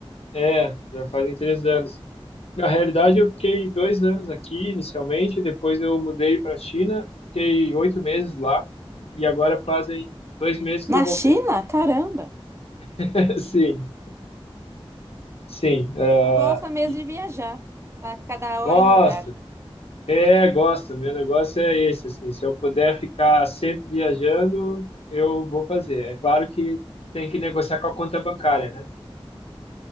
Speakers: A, on the left; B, on the right.
A: É, já fazem três anos. Na realidade, eu fiquei dois anos aqui inicialmente, depois eu mudei para a China, fiquei oito meses lá e agora fazem dois meses
B: Na
A: que eu voltei.
B: China? Caramba!
A: <laughs> Sim, sim. ah,
B: Tu gosta mesmo
A: e
B: de viajar. Tá cada
A: gosto,
B: hora em um lugar.
A: é, gosto. Meu negócio é esse, assim, se eu puder ficar sempre viajando, eu vou fazer. É claro que tem que negociar com a conta bancária, né?